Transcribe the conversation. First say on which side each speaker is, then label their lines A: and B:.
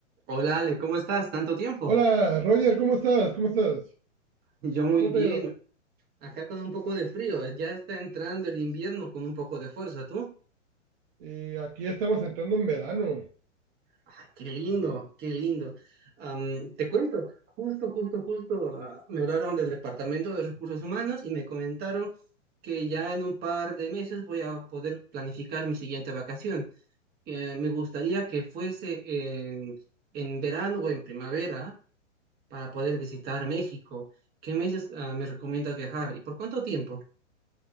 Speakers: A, on the right; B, on the right.
A: Hola Ale, ¿cómo estás? ¿Tanto tiempo?
B: Hola, Roger, ¿cómo estás? ¿Cómo estás?
A: <laughs> Yo muy
B: ¿Cómo
A: bien,
B: te ha ido?
A: acá con un poco de frío, ya está entrando el invierno con un poco de fuerza, ¿tú?
B: Eh, aquí estamos entrando en verano.
A: Ah, qué lindo, qué lindo. Am, te cuento, justo, justo, justo, ah, me hablaron del Departamento de Recursos Humanos y me comentaron que ya en un par de meses voy a poder planificar mi siguiente vacación. Eh, me gustaría que fuese en, en verano o en primavera para poder visitar México. ¿Qué meses, ah, me recomiendas viajar y por cuánto tiempo?